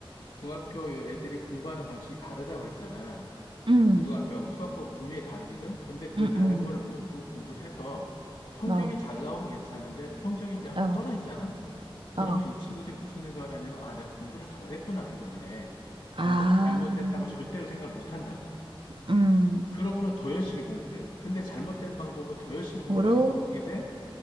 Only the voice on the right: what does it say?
응,
응,
응.
어,
어,
어.
아,
음.
으로